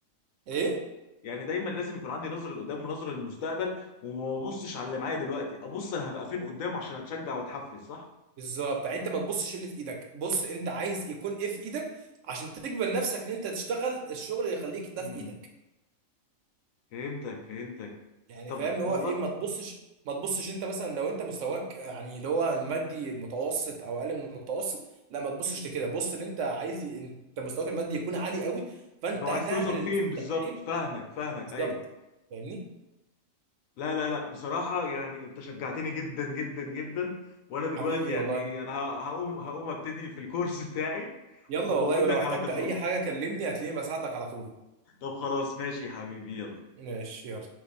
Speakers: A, on the right (about 70°); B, on the left (about 80°).
A: ايه
B: يعني دايما لازم يكون عندي نظره لقدام ونظره للمستقبل وما ابصش على اللي معايا دلوقتي ابص انا هبقى فين قدام عشان اتشجع واتحفز صح
A: بالظبط يعني انت ما تبصش اللي في ايدك بص انت عايز يكون ايه في ايدك عشان تجبر نفسك ان انت تشتغل الشغل اللي يخليك ده
B: امم
A: في ايدك
B: فهمتك فهمتك
A: يعني
B: طب
A: فاهم اللي
B: والله
A: هو ايه ما تبصش ما تبصش انت مثلا لو انت مستواك يعني اللي هو المادي متوسط او اقل من المتوسط لا ما تبصش لكده بص اللي انت عايز ي- انت مستواك المادي يكون عالي قوي فانت
B: لو
A: هتعمل
B: عايز توصل
A: المستحيل
B: فين بالظبط فاهمك فاهمك
A: بالظبط
B: ايوه
A: فاهمني
B: لا لا لا بصراحة يعني انت شجعتني جدا جدا جدا وانا دلوقتي
A: حبيبي
B: يعني
A: والله
B: انا هقوم هقوم ابتدي في الكورس بتاعي
A: يلا
B: وبقول
A: والله ولو
B: لك
A: احتجت
B: على تجربتي
A: اي حاجة كلمني هتلاقيني بساعدك على طول
B: طب خلاص ماشي يا حبيبي يلا
A: ماشي يلا